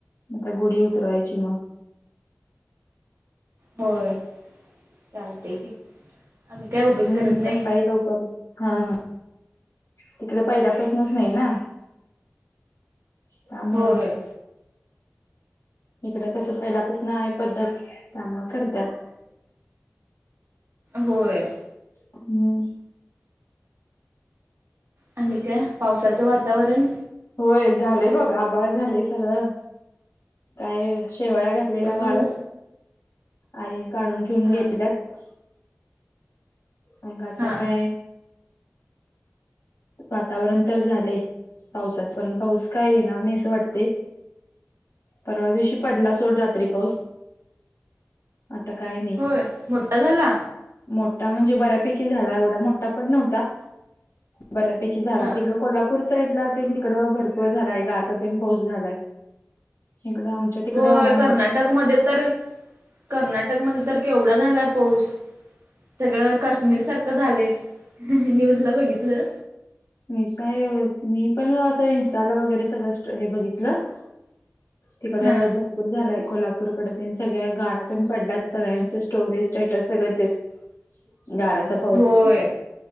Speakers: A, on the left (about 80°); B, on the right (about 60°).
A: आता गुढी उतरवायची मग
B: होय चालते की <unintelligible>
A: हम्म
B: नाही
A: सकाळी लवकर उठ हा हा तिकड पहिल्यापासनच नाही ना त्यामुळ
B: होय
A: इकडं कसं
B: त्यामुळं
A: पहिल्यापासन आहे पद्धत त्यामूळ करत्यात.
B: होय
A: हम्म
B: आणि काय पावसाचं वातावरण
A: होय झालंय बघ आबाळ झालंय सगळं, काय शेवाळ्या घातलेल्या
B: तर
A: वाळत
B: पण
A: आई काढून ठेऊन
B: हां
A: गेल्यात मग आता
B: हां
A: काय वातावरण तर झालंय पावसाच पण पाऊस काय येणार नाही असं वाटते परवा दिवशी पडला सोड रात्री पाऊस आता काय नाही
B: होय मोठा झाला
A: मोठा म्हणजे बऱ्यापैकी झाला एवढा मोठा पण नव्हता बऱ्यापैकी झाला
B: हा
A: तिकड कोल्हापूर साईड ला तेन तिकड भरपूर झालाय गारचा तेन पाऊस झालाय इकड आमच्या तिकडे
B: होय
A: एवढा
B: कर्नाटक
A: नाही
B: मध्ये तर कर्नाटक मध्ये तर केवढा झालाय पाऊस सगळं काश्मीर सारखं झालंय न्यूजला बघितलं
A: मी काय मी पण असं इन्स्टाला वगैरे सगळं हे बघितलं. तिकडं
B: हा
A: बर पूर झालाय कोल्हापूरकड तेन सगळ्या गारा तेन पडल्यात सगळ्यांचे स्टोरी स्टेटस सगळं तेच गाराचा पाऊस
B: होय